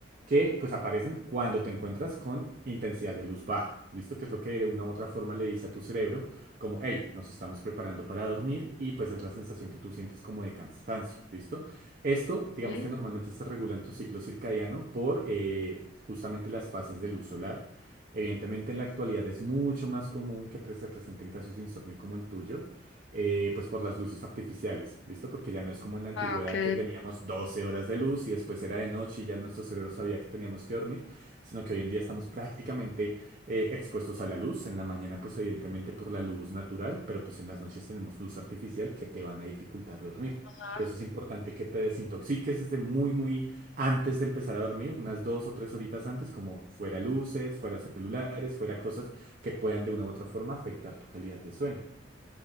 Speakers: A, on the right (about 45°); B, on the left (about 80°).
A: que pues aparecen cuando te encuentras con intensidad de luz baja. ¿Listo? Que es lo que de una u otra forma le dice a tu cerebro como, hey, nos estamos preparando para dormir y pues es la sensación que tú sientes como de cansancio, ¿listo? Esto, digamos
B: ¿Eh?
A: que normalmente se regula en tu ciclo circadiano por eh, justamente las fases de luz solar. Evidentemente en la actualidad es mucho más común que pre- se presenten casos de insomnio como el tuyo, eh, pues por las luces artificiales, ¿listo? Porque ya no es como en la antigüedad
B: Ah, ok.
A: que teníamos 12 horas de luz y después era de noche y ya nuestro cerebro sabía que teníamos que dormir, sino que hoy en día estamos prácticamente eh, expuestos a la luz. En la mañana, pues evidentemente por la luz natural, pero pues en las noches tenemos luz artificial que te van a dificultar dormir.
B: Ajá.
A: Por eso es importante que te desintoxiques desde muy, muy antes de empezar a dormir, unas dos o tres horitas antes, como fuera luces, fuera celulares, fuera cosas que puedan de una u otra forma afectar tu calidad de sueño.